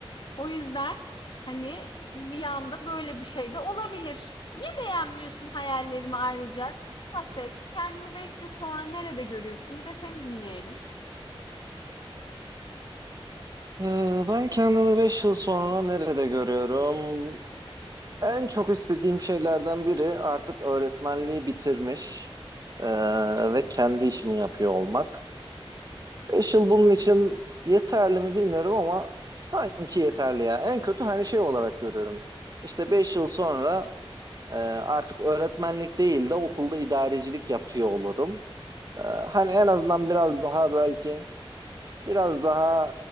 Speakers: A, on the left; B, on the right.
A: O yüzden hani bir anda böyle bir şey de olabilir. Niye beğenmiyorsun hayallerimi ayrıca? Bahset. Kendini 5 yıl sonra nerede görüyorsun? Bir de seni dinleyelim.
B: E, ben kendimi 5 yıl sonra nerede görüyorum? En çok istediğim şeylerden biri artık öğretmenliği bitirmiş e, ve kendi işimi yapıyor olmak. 5 yıl bunun için yeterli mi bilmiyorum ama sanki yeterli ya. En kötü hani şey olarak görüyorum. İşte 5 yıl sonra e, artık öğretmenlik değil de okulda idarecilik yapıyor olurum. E, hani en azından biraz daha belki biraz daha